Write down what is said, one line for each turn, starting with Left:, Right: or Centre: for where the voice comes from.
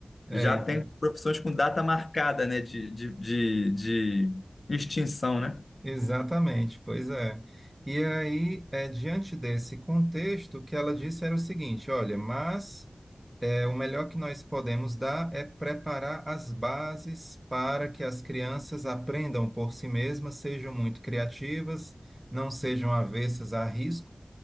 Right: é,
Left: já
Right: exa-
Left: tem profissões com data marcada, né, de, de, de, de extinção, né?
Right: exatamente, pois é. E aí, é, diante desse contexto, o que ela disse era o seguinte: olha, mas é, o melhor que nós podemos dar é preparar as bases para que as crianças aprendam por si mesmas, sejam muito criativas, não sejam avessas a riscos